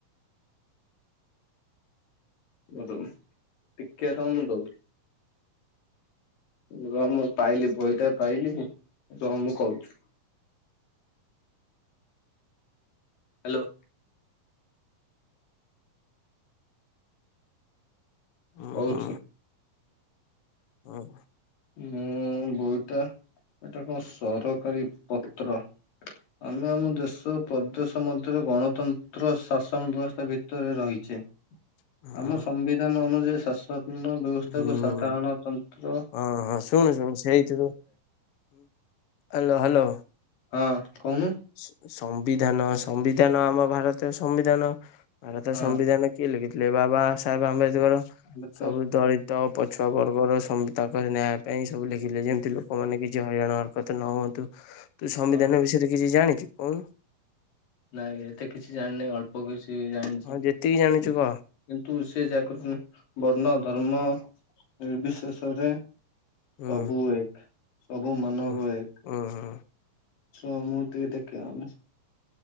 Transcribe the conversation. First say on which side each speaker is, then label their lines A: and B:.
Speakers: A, on the left; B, on the left.
A: ଅ ଟିକରାନଣ୍ଡାଉ ର ମୁଁ ପାଇଲି ବହିଟା କହଲି କି <unintelligible> କହୁଛି। ହ୍ୟାଲୋ।
B: ଓ
A: କହୁଛି
B: ହୋ। ହୁ।
A: ମୁଁ ବଉତା ଏଟା କଣ ସରକାରୀ ପତ୍ର ଆମେ ଆମ ଦେଶ ପ୍ରଦେଶ ମଧ୍ୟରେ ଗଣତନ୍ତ୍ର ଶାସନ ବ୍ୟବସ୍ଥା ଭିତରେ ରହିଛେ।
B: ହୁଁ
A: ଆମ
B: ହୁଁ।
A: ସମ୍ବିଧାନ ଅନୁ ଶାଶ୍ୱତ ବ୍ୟବସ୍ଥାକୁ
B: ହୁଁ
A: ସାଧାରଣତନ୍ତ୍ର
B: ହଁ ହଁ ଶୁଣୁ ଶୁଣୁ ସେଇଥିରୁୁ ହାଲୋ ହାଲୋ
A: ହଁ କହୁନୁ?
B: ସମ ସମ୍ବିଧାନ ସମ୍ବିଧାନ ଆମ ଭାରତୀୟ ସମ୍ବିଧାନ ଭାରତ
A: ହଁ
B: ସମ୍ବିଧାନ କିଏ ଲେଖିଥିଲେ? ବ୍ଲେବା ବାସ୍ ସାହେବ ଆମ୍ବେଦକର
A: ଆମ୍ବେଦକର
B: ସବୁ ଦଳିତ ତ ପଛୁଆ ବର୍ଗର ସବୁ ତାଙ୍କର ନ୍ୟାୟ ପାଇଁ ସବୁ ଲେଖିଲେ ଯେମିତି ଲୋକମାନେ କିଛି ହଇରାଣ ହରକତ ନ ହୁଅନ୍ତୁ। ତୁ ସମ୍ବିଧାନ
A: ହଁ
B: ବିଷୟରେ କି ଜାଣିଛୁ କହିବୁ।
A: ନାଇଁ ଏତେ କିଛି ଜାଣିନି ଅଳ୍ପ କିଛି ବି ଜାଣିଛି
B: ହଁ
A: କି
B: ଯେତିକି ଜାଣିଛୁ କହ
A: କିନ୍ତୁ <unintelligible> ବର୍ଣ୍ଣ ଧର୍ମ ନିର୍ବିଶେଷରେ
B: ହୁଁ
A: ସବୁ ଏକ ସବୁ ମାନବ
B: ହୁଁ।
A: ଏକ।
B: ହୁଁ ହୁଁ
A: <unintelligible> ଦେଖିବା ଆନ ।